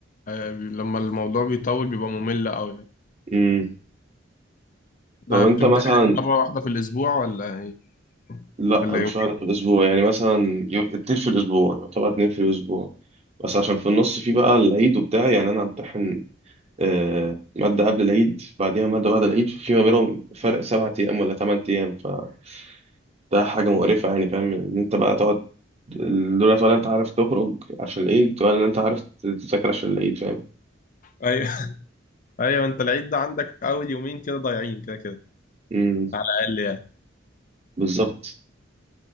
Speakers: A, on the left; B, on the right.
A: آه، بي- لما الموضوع بيطول بيبقى ممل قوي يعني.
B: امم
A: ده
B: طب انت
A: بتمتحن
B: مثلا
A: مرة واحدة في الأسبوع ولا إيه؟
B: لا
A: ولا
B: مش
A: يوم؟
B: واحدة في الأسبوع يعني مثلا يوم اتنين في الأسبوع يعتبر اتنين في الأسبوع بس عشان في النص في بقى العيد وبتاع يعني أنا همتحن آه، مادة قبل العيد بعديها مادة بعد العيد ففي ما بينهم فرق سبعة أيام ولا تمن أيام فده حاجة مقرفة يعني فاهم إن أنت بقى تقعد دولت ولا أنت عارف تخرج عشان العيد ولا أنت عارف تذاكر عشان العيد فاهم
A: ايوه <laughs> ايوه انت العيد ده عندك اول يومين كده ضايعين كده كده
B: امم
A: على الاقل يعني
B: بالظبط